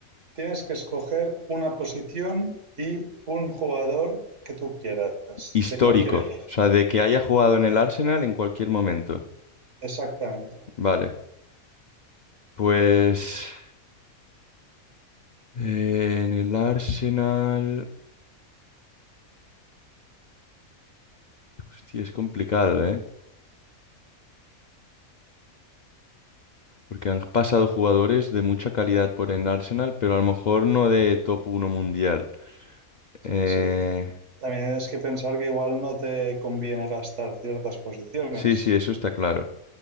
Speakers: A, on the right; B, on the left.
A: tienes que escoger una posición y un jugador que tú quieras,
B: Histórico,
A: de cualquier época.
B: o sea, de que haya jugado en el Arsenal en cualquier momento.
A: Exactamente.
B: Vale, pues eh, en el Arsenal... Hostia, es complicado, ¿eh? Porque han pasado jugadores de mucha calidad por el Arsenal, pero a lo mejor no de top uno mundial. Eh,
A: Sí. También tienes que pensar que igual no te conviene gastar ciertas posiciones.
B: sí, sí, eso está claro.